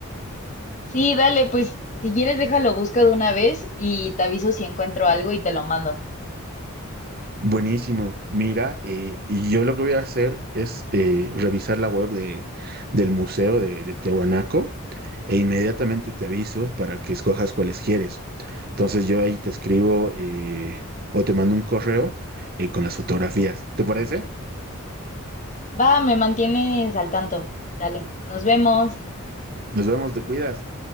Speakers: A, on the left; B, on the right.
A: Sí, dale, pues si quieres déjalo busco de una vez y te aviso si encuentro algo y te lo mando.
B: Buenísimo. Mira, eh, y yo lo que voy a hacer es eh, revisar la web de, del Museo de, de Tehuanaco e inmediatamente te aviso para que escojas cuáles quieres. Entonces yo ahí te escribo eh, o te mando un correo eh, con las fotografías. ¿Te parece?
A: Va, me mantienes al tanto. Dale, nos vemos.
B: Nos vemos, te cuidas.